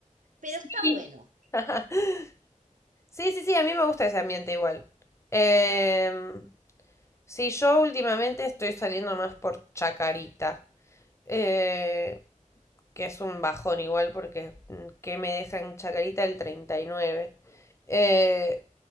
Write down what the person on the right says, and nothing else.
pero
está bueno.